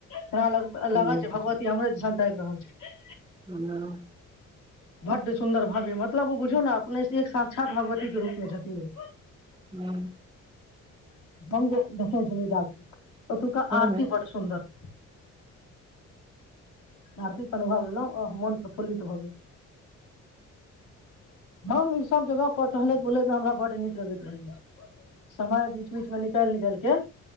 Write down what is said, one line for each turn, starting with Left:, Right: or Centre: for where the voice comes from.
Left: जेना लगत
Right: ह
Left: लगै छै भगवती हमर दिसन ताइक रहल छै।
Right: हँ
Left: बड्ड सुन्दर भव्य मतलब ओ बुझियौ ने अपनेसँ एक साक्षात भगवती के रूपमे छथिन ओ।
Right: हू <inaudible>
Left: हम देख देखने छलियै दादी के ओतूका
Right: ह
Left: आरती
Right: ह
Left: बड़ सुन्दर! आरतीक अनुभव लेलहुँ आह मन प्रफुल्लित भ गेल। हम ई सभ जगह पर टहलैत-बुलैत हमरा। बड़ नीक लगैत रहैत छै, समय बीच। बीच मे निकइल-निकइल के